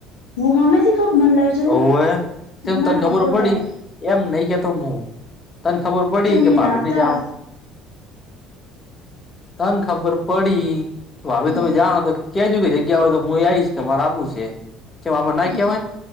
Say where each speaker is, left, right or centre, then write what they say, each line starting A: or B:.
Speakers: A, on the left; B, on the left.
A: હું હમેથીી કઉ મન લઈ જાઓ
B: ઓવે તેમ
A: હું ના
B: તને
A: કઉ
B: ખબર
A: કોઈ
B: પડી
A: દાડ
B: એમ નહી કેતો હું તને ખબર પડી
A: ચમ અહીંયા
B: કે ભાભી
A: નાતા
B: ને જાવ તને ખબર પડી ભાભી
A: હમ
B: તમે જાણ તો ક્યાજું કે જગ્યા હોય તો હું આવીશ કે મારે આપું છે કેમ આપડે ના
A: હમ
B: કેવાય